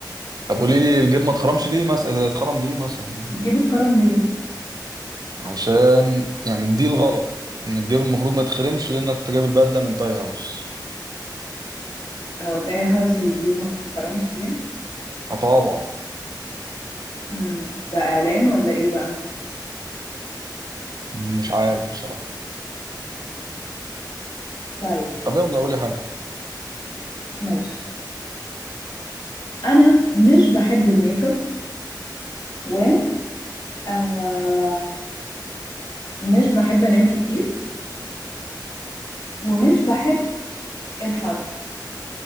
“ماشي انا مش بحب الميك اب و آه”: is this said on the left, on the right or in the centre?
Left